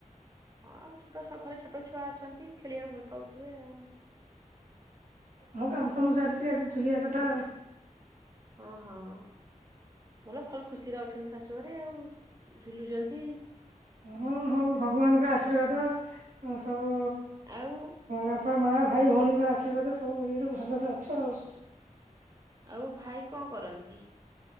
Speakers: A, on the right; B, on the right.
A: ହଁ ଆଉ ଛୋଟ ଘରେ ଛୋଟ ଛୁଆ ଅଛନ୍ତି ଖେଳିବାକୁ ଭଲ ପାଉଥିବେ ଆଉ।
B: ହଁ କାମଫାମ ସାରିକି ଆଜି ଟିକେ ଝୁଲିଆ କଥା ଆଉ।
A: ହଁ ହଁ। ଭଲ, ଭଲ ଖୁସିରେ ଅଛନ୍ତି ଶାଶୁ ଘରେ ଆଉ ଝୁଲୁଛନ୍ତି।
B: ହୁଁ ହଉ ଭଗବାନଙ୍କ ଆଶୀର୍ବାଦ ସବୁ
A: ଆଉ
B: ବାପା ମା ଭାଇ ଭଉଣୀଙ୍କ ଆଶୀର୍ବାଦ ସବୁ ଇଏ ରୁ ଭଲରେ ଅଛୁ ଆଉ।
A: ଆଉ ଭାଇ କଣ କରନ୍ତି?